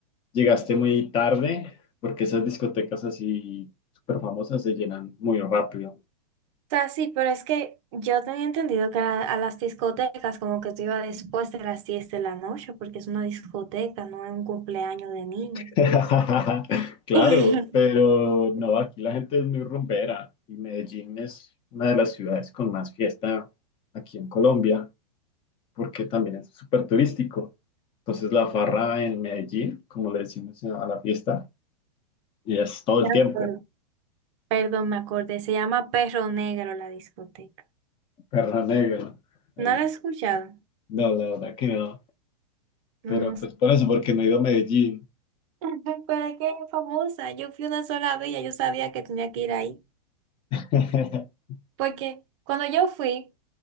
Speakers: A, on the left; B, on the right.
A: llegaste muy tarde, porque esas discotecas así súper famosas se llenan muy rápido.
B: O sea, sí, pero es que yo tenía entendido que a, a las discotecas como que tú ibas después de las 10 de la noche porque es una discoteca, no es un cumpleaños de niño.
A: <laughs> Claro,
B: <laughs>
A: pero no, aquí la gente es muy rumbera y Medellín es una de las ciudades con más fiesta aquí en Colombia. porque también es súper turístico. Entonces la farra en Medellín, como le decimos a la fiesta, y es todo
B: Me
A: el tiempo,
B: acuerdo. Perdón, me acordé. Se llama Perro Negro la discoteca.
A: perro negro. Eh,
B: ¿No la he escuchado?
A: No, la verdad que no.
B: No,
A: Pero
B: no
A: pues por eso, porque no he ido a Medellín.
B: <laughs> Pero es que es famosa. Yo fui una sola vez, y ya yo sabía que tenía que ir ahí.
A: <laughs>
B: Porque cuando yo fui,